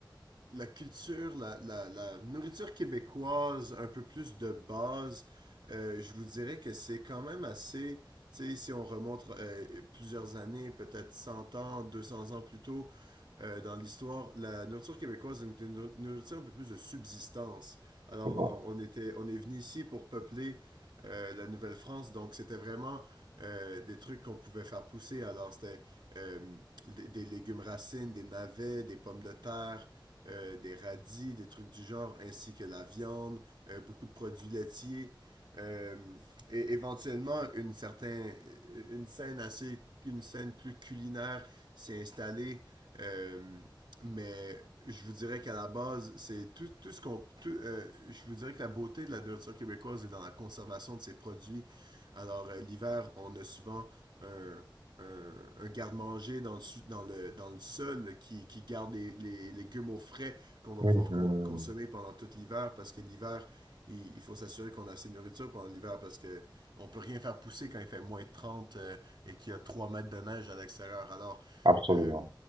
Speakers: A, on the right (about 65°); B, on the right (about 85°).
A: la culture, la, la, la nourriture québécoise un peu plus de base, euh, je vous dirais que c'est quand même assez, tu sais, si on remonte euh, plusieurs années, peut-être 100 ans, 200 ans plus tôt, euh, dans l'histoire, la nourriture québécoise est une, une nourriture un peu plus de subsistance. Alors,
B: C'est bon.
A: on, on était, on est venu ici pour peupler euh, la Nouvelle-France, donc c'était vraiment euh, des trucs qu'on pouvait faire pousser. Alors, c'était euh, des, des légumes racines, des navets, des pommes de terre, euh, des radis, des trucs du genre, ainsi que la viande, euh, beaucoup de produits laitiers, euh, et éventuellement une certaine, une scène assez, une scène plus culinaire s'est installée. euh, mais je vous dirais qu'à la base, c'est tout, tout ce qu'on. tout, euh, je vous dirais que la beauté de la nourriture québécoise est dans la conservation de ses produits. Alors, euh, l'hiver, on a souvent un, un, un garde-manger dans le, dans, le, dans le sol là, qui, qui garde les, les légumes au frais qu'on va
B: Mhm.
A: pouvoir con- consommer pendant tout l'hiver parce que l'hiver, il, il faut s'assurer qu'on a assez de nourriture pendant l'hiver parce que on peut rien faire pousser quand il fait moins de 30 euh, et qu'il y a 3 mètres de neige à l'extérieur. Alors,
B: Absolument.
A: euh,